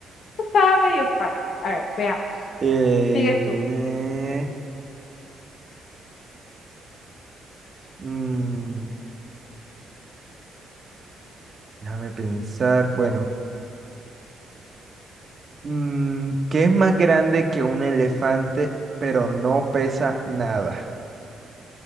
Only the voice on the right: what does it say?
eh,
eh, mm, déjame pensar. Bueno, mm, ¿qué es más grande que un elefante, pero no pesa nada?